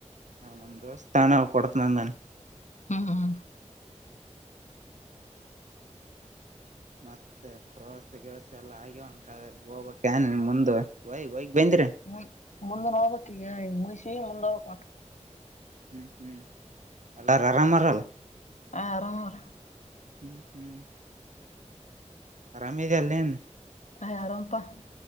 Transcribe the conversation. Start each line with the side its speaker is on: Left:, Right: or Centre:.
Right: ನಮ್ ದೋಸ್ತ್ ಅವ್ನ ಅವ್ನ್ ಕೊಡ್ತಿನಿ ಅಂದವನೇ
Left: ಹ್ಮ ಹ
Right: ಮತ್ತೆ ಪ್ರವಾಸ ಗಿವಸ ಎಲ್ಲ ಆಗಿಂಗಾದ್ರೆ ಹೋಗ ಕ್ಯಾನಿನ್ ಮುಂದು ಹೊಯ್ ಹೋಗ್ ಬಂದ್ರಾ
Left: ಹ್ಮ ಮುಂದ ಹೋಗ್ಬೇಕ್ ಈಗ ಈಗ ಮುಗಸಿ ಮುಂದ್ ಹೋಗಬೇಕ್ ಮತ್ತ
Right: ಹ್ಮ್ ಹ್ಮ್ ಎಲ್ಲಾರ ಆರಾಮಾರಲ್
Left: ಹ್ಮ್ ಆರಾಮ್ ಅದರ
Right: ಹ್ಮ್ ಹ್ಮ್ ಆರಾಮೇದ ಅಲ್ಲೇನ್
Left: ಆಯ್ ಆರಾಮಪ್ಪಾ